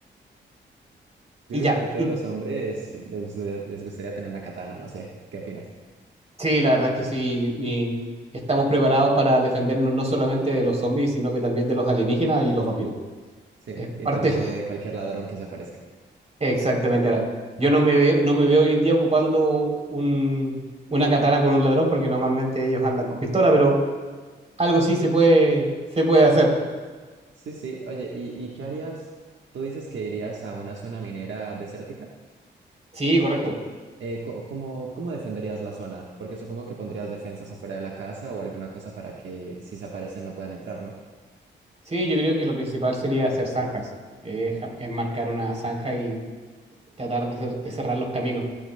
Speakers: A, on the right (about 70°); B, on the right (about 35°).
A: Yo
B: Y ya.
A: creo que todos
B: Y,
A: los hombres les gustaría, les gustaría tener una katana, no sé. ¿Qué opinas?
B: sí, la verdad es que sí. y estamos preparados para defendernos no solamente de los zombies, sino que también de los alienígenas y los vampiros.
A: Sí,
B: Es
A: y
B: parte,
A: también
B: <laughs>
A: de cualquier ladrón que se aparezca.
B: exactamente. Ahora, yo no me veo, no me veo hoy en día ocupando un, una katana con un ladrón, porque normalmente ellos andan con pistola, pero algo sí se puede, se puede hacer.
A: Sí, sí. Oye, ¿y, y qué harías? Tú dices que irías a una zona minera desértica.
B: Sí, correcto.
A: Eh, co- ¿cómo, cómo defenderías la zona? Porque supongo que pondrías defensas afuera de la casa o alguna cosa para que si se aparecen no puedan entrar, ¿no?
B: Sí, yo creo que lo principal sería hacer zanjas, es, ja- es marcar una zanja y tratar de, cer- de cerrar los caminos,